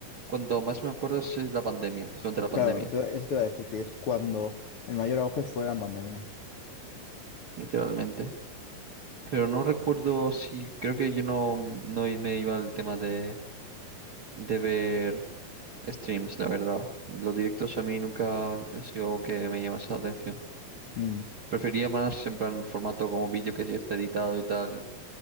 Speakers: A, on the right; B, on the left.
A: cuando más me acuerdo, es eh, la pandemia, es durante la pandemia,
B: Claro, esto- eso te iba a decir que es cuando el mayor auge fue la pandemia.
A: literalmente. Pero no recuerdo si, creo que yo no, mm, no i- me iba al tema de, de ver streams, la verdad. Los directos a mí nunca ha sido algo que me llamase la atención.
B: Mm.
A: Prefería más en plan formato como vídeo que ya está editado y tal,